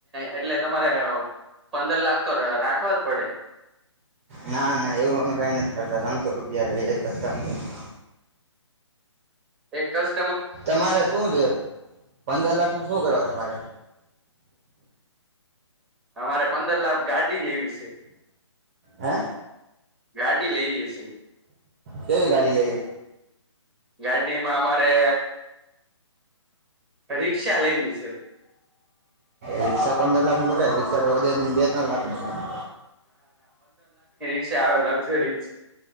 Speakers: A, in the centre; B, on the right.
A: એટલે તમારે અહ પંદર લાખ તો ર રાખવા જ પડે.
B: ના, ના એવું અમે કાઈ નથી કરતા, ત્રણસો રૂપિયા લઈ એક કસ્ટમરના.
A: એક કસ
B: તમારે શું જોઈએ, પંદર લાખ નું શું કરવા તમારે?
A: અમારે પંદર લાખ ગાડ ડી લેવી સે.
B: હે
A: ગાડી લઈએ સે.
B: કેવી ગાડી લેવી?
A: ગાડીમાં અમારે રીક્ષા લેવી સે.
B: રીક્ષા પંદર લાખ ની થોડી આવે. રીક્ષા તો વધી વધી ને બે ત્રણ લાખની મળે.
A: પછી આવે લગઝરી જ.